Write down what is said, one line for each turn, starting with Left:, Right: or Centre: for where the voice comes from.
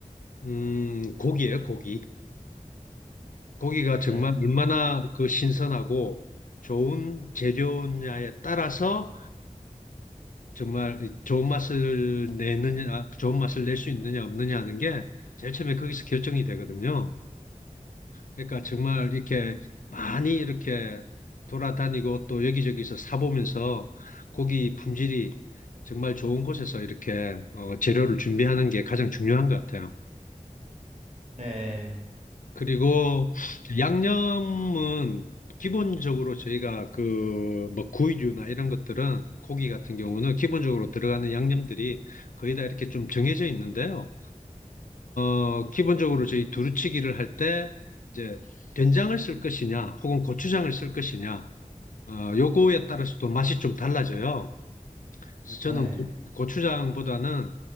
Left: 음, 고기예요, 고기. 고기가 정말
Right: 네.
Left: 얼마나 그 신선하고 좋은 재료냐에 따라서 정말 좋은 맛을 내느냐, 좋은 맛을 낼 수 있느냐, 없느냐 하는 게 제일 처음에 거기서 결정이 되거든요. 그러니까 정말 이렇게 많이 이렇게 돌아다니고 또 여기저기서 사보면서 고기 품질이 정말 좋은 곳에서 이렇게 어, 재료를 준비하는 게 가장 중요한 것 같아요.
Right: 네.
Left: 그리고 양념은 기본적으로 저희가 그 뭐 구이류나 이런 것들은 고기 같은 경우는 기본적으로 들어가는 양념들이 거의 다 이렇게 좀 정해져 있는데요. 어, 기본적으로 저희 두루치기를 할 때 이제 된장을 쓸 것이냐 혹은 고추장을 쓸 것이냐 어, 요거에 따라서 또 맛이 좀 달라져요. 그래서 저는
Right: 네.
Left: 고, 고추장보다는